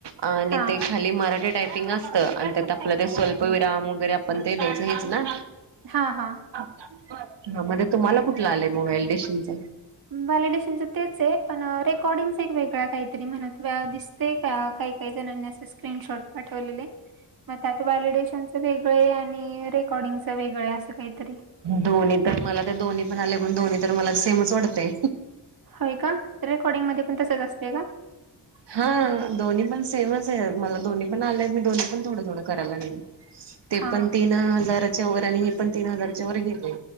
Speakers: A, on the right; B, on the right.
A: आणि
B: हा.
A: ते खाली मराठी टायपिंग असत आणि त्यात आपलं ते स्वल्प विराम वगैरे आपण ते द्यायचं हेच ना?
B: हा -हा.
A: हा मण तुम्हाला कुठला आलाय व्हॅलिडेशनच?
B: व्हॅलिडेशनच तेच आहे पण रेकॉर्डिंग एक वेगळ्या काही तरी मनात व दिसतेय का काही- काही जणांनी असं स्क्रीनशॉट पाठवलेले. मग आता व्हॅलिडेशनच वेगळं आहे आणि रेकॉर्डिंगचं वेगळं अस काहीतरी.
A: दोन्ही तर मला तर दोन्ही पण आले पण दोन्ही तर मला सेमच वाटतेय.
B: होय का तर रेकॉर्डिंग मध्ये पण तसच असते का?
A: हा दोन्ही पण सेमच आहे. मला दोन्ही पण आलेय मी दोन्ही पण थोडं- थोडं करायला लागली. ते
B: हा
A: पण तीन हजाराच्या वर आणि हे पण तीन हजारच्या वर गेले